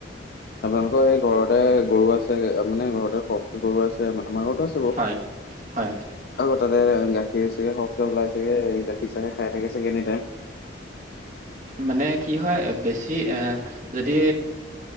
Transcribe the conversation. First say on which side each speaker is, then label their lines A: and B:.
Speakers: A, on the left (about 55°); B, on the right (about 40°).
A: আপোনালোকৰ এই ঘৰতে গৰু আছে মানে ঘৰতে গৰু আছে আমাৰ ঘৰতো আছে। বাৰু
B: হয় হয়।
A: আকৌ তাতে গাখীৰ চাখীৰ শকে ওলাই চাগে, গাখীৰ চাহে খাই থাকে চাগে এনি টাইম।
B: মানে কি হয় বেছি এ যদি